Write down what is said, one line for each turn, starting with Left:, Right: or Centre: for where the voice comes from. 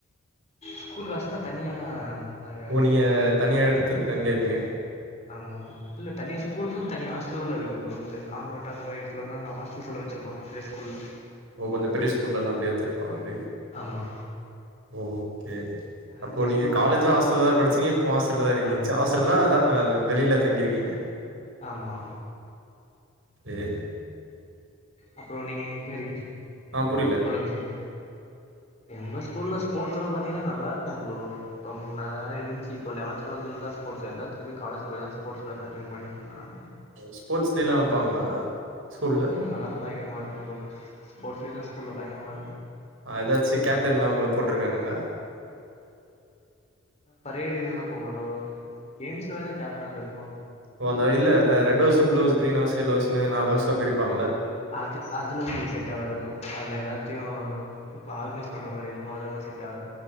Left: ஸ்கூல் ஹாஸ்னா தனியா நாங்க
Right: ஓ நீங்க
Left: சேந்துப்போ
Right: தனியா எடுத்து தங்கி இருந்தீங்க
Left: ஆமாம் இல்ல தனியா ஸ்கூலுக்கு தனியா ஹாஸ் ஜீல்லால இருக்கு ப்ரோ அது கான்வென்ட் அந்த மாரி இடத்துலலா ஹாஸ்டல்ஸ்லா வச்சிருப்பாங்க நெறையா ஸ்கூல்ல
Right: ஓ கொஞ்ச பெரிய ஸ்கூல்லலா அப்டியே வச்சிருப்பாங்க அப்டி
Left: ஆமா
Right: ஓகே
Left: அஹ்
Right: அப்போ
Left: எங்க
Right: நீங்க
Left: ஸ்கூல்ல
Right: காலேஜு
Left: மோட்டோர்லா
Right: ஹஸ்டல் தா படிச்சீங்க இப்போ ஹாஸ்டல தா இருக்கீங்க
Left: ஆமா
Right: ச ஹாஸ் டல்னா அதா வெளில தங்கியிருக்கீங்க
Left: ஆமா
Right: சேரி
Left: அப்புற நீங்க எ எங்க இருக்கீங்க
Right: ஆ புரியல
Left: சொல்லுங்க சார் எம்ப ஸ்கூல்ல ஸ்போர்ட்ஸ் எல்லா பாத்தீங்கன்னா நல்லா இருக்கு ஃப்ரோ இப்போ முன்னா தா இருந்துச்சு இப்ப லவன்த டுவல்துல இருந்து தா ஸ்போட்ஸ் எல்லா திருப்பி காலேஜ் போய் தா ஸ்போர்ட்ஸ்லா கண்டினியூ பண்ணிட்ருக்காங்க
Right: ஸ்போர்ட்ஸ் டே லா வப்பாங்களா ஸ்கூல்ல
Left: ம் அதெல்லா பயங்கரமா இருக்கு ஸ்போர்ட்ஸ் டே லா ஸ்கூல்ல பயங்கரமா இருக்கு
Right: ஆ ஏதாச்சு கேப்டன்கலா ஒங்கள போட்ருக்கானுங்களா
Left: பரேட் இதெல்லா போ மாட்டோ கேம்ஸ்ல வேணா கேப்டனா இருந்துருப்போ
Right: ஒ அந்த இல்ல அ red house blue house green house yellow ஹவுஸ்னு நாலு ஹவுஸா பிரிப்பாங்களா
Left: இல் அது அதுலலா நம்மளுக்கு செட் ஆகாது ப்ரோ அதுல எல்லாத்தையு இப்ப ஆர்கனைஸ் பண்ற மாரி இரு மோ அது நம்மளுக்கு செட் ஆவாது